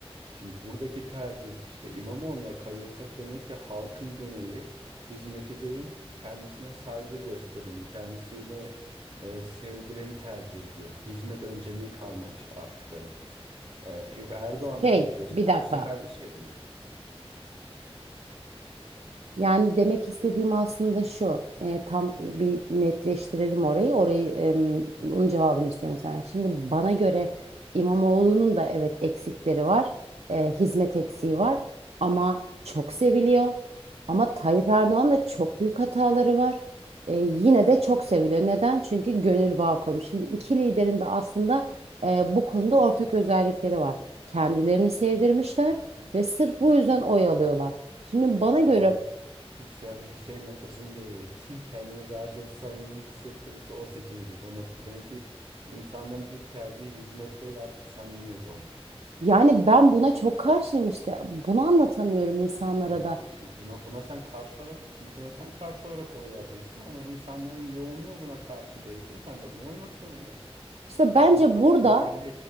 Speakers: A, on the right; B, on the right.
A: Şimdi buradaki tercih işte İmamoğlu'na kayıyorsa demek ki halkın geneli hizmeti değil kendisine saygı göstereni, kendisiyle e, sevdireni tercih ediyor. Hizmet önceliği kalmamış artık demek. E, yok Erdoğan'ı
B: Şey,
A: seçiyorsa
B: bir dakika.
A: bu sefer de şey demek.
B: Yani demek istediğim aslında şu, e, tam e, bir netleştirelim orayı. Orayı, e, onun cevabını istiyorum senden. Şimdi bana göre İmamoğlu'nun da evet eksikleri var, e, hizmet eksiği var ama çok seviliyor. Ama Tayyip Erdoğan da çok büyük hataları var. E, yine de çok seviliyor. Neden? Çünkü gönül bağı kurmuş. Şimdi iki liderin de aslında e, bu konuda ortak özellikleri var. Kendilerini sevdirmişler ve sırf bu yüzden oy alıyorlar. Şimdi
A: Tamam
B: bana göre
A: o zaman Türk siyaseti şey noktasını devreye. Kim kendini daha çok samimi hissettirirse o seçilecek o nokta. Demek ki insanların ilk tercihi hizmet değil artık samimiyet olmuş.
B: Yani ben buna çok karşıyım işte. Bunu anlatamıyorum insanlara
A: Ama
B: da.
A: bu- Buna, buna sen karşı olabilirsin. Buna sen karşı olarak oy vereceksin ama insanların yoğunluğu buna karşı değilse sen de buna uymak zorundasın.
B: İşte bence
A: Ya bunun aksi
B: burada
A: mümkün